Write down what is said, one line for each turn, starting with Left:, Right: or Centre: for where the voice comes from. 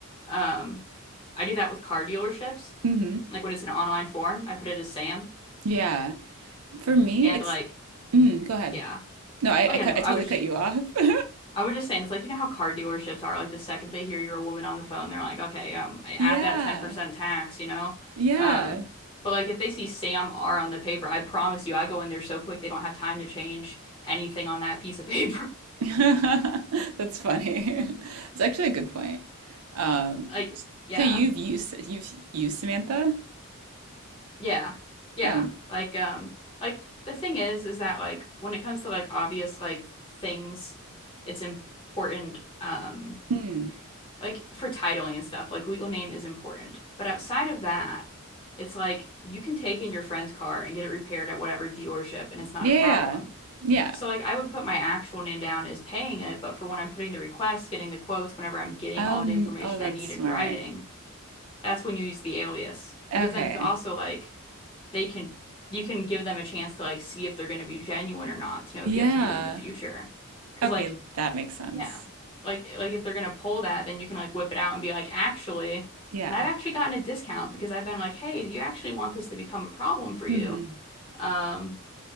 Left: um I do that with car dealerships.
Right: hmm
Left: Like when it's an online form, I put it as Sam
Right: Yeah. For me,
Left: and
Right: it's
Left: like
Right: mm, go ahead.
Left: yeah.
Right: No, I,
Left: Oh yeah,
Right: I cut,
Left: no, I
Right: I totally
Left: would just
Right: cut you off. <laughs>
Left: I would just say and it's like you know how car dealerships are like the second they hear you're a woman on the phone, they're like, "Okay, um add
Right: Yeah.
Left: that 10% tax, you know?"
Right: Yeah.
Left: Um but like if they see Sam R on the paper, I promise you I go in there so quick they don't have time to change anything on that piece of paper. <laughs>
Right: <laughs> That's funny. <laughs> It's actually a good point. Um,
Left: Like yeah.
Right: so you've used you've used Samantha?
Left: Yeah. Yeah.
Right: Oh,
Left: Like um like the thing is is that like when it comes to like obvious like things it's important um
Right: hmm.
Left: like for titling and stuff like legal name is important. But outside of that it's like you can take in your friend's car and get it repaired at whatever dealership and it's not
Right: Yeah.
Left: a
Right: Yeah.
Left: problem.
Right: yeah. Yeah.
Left: So like I would put my actual name down as paying it, but for when I'm putting the request, getting the quotes, whenever I'm getting
Right: Oh,
Left: all
Right: n-
Left: the information
Right: oh, that's
Left: I need
Right: smart.
Left: in writing, that's when you use the alias because
Right: Okay.
Left: then it's also like they can you can give them a chance to like see if they're going to be genuine or not to know if
Right: Yeah.
Left: you have to do it in the future, cause
Right: Okay,
Left: like
Right: that makes sense.
Left: yeah, like like if they're going to pull that, then you can like whip it out and be like actually,
Right: Yeah.
Left: and I've actually gotten a discount because I've been like, "Hey, do you actually want this to become a problem for
Right: hmm
Left: you?" Um